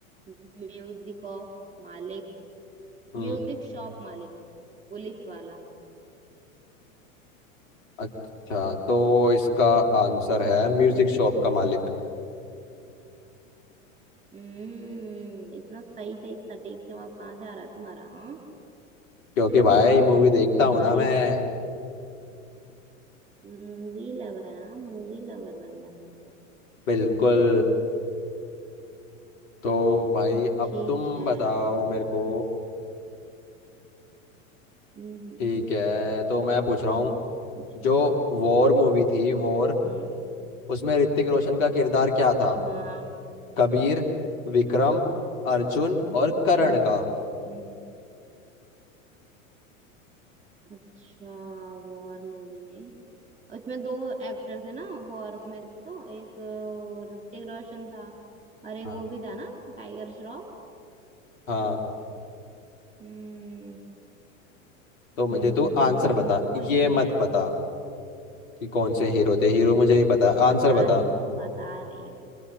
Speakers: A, on the right (about 15°); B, on the left (about 75°).
A: म्यूजिक ऑफ मालिक
B: हम्म
A: म्यूजिक शॉप मालिक पुलिस वाला
B: अच्छा तो इसका आंसर है म्यूजिक शॉप का मालिक
A: हम्म इतना सही सही सटीक जवाब कहाँ से आ रहा है तुम्हारा हाँ
B: क्योंकि भाई मूवी देखता
A: तुम्हारी
B: हूँ ना मैं
A: बारी मूवी लवर हाँ मूवी लवर बनना तुमको
B: बिल्कुल तो भाई अब
A: ठीक
B: तुम
A: है
B: बताओ मेरे को
A: हम्म हम्म,
B: ठीक है तो मैं पूछ रहा हूँ
A: पूछो
B: जो वॉर मूवी थी वॉर
A: हम्म
B: उसमें ऋतिक रोशन का किरदार क्या था
A: हाँ
B: कबीर विक्रम अर्जुन
A: वो
B: और करण
A: हम्म
B: का
A: हम्म अच्छा वॉर मूवी में उसमें दो एक्टर थे ना वॉर में तो एक अ, ऋतिक रोशन था और एक
B: हाँ
A: वो भी था ना टाइगर श्रॉफ
B: हाँ
A: हम्म
B: तो मुझे
A: हम्म
B: तू
A: हम्म
B: आंसर
A: हम्म
B: बता
A: तो इसमें
B: ये मत बता कि कौन से हीरो थे हीरो मुझे ही पता है,
A: बता
B: आंसर बता
A: रही हूँ बता रही हूँ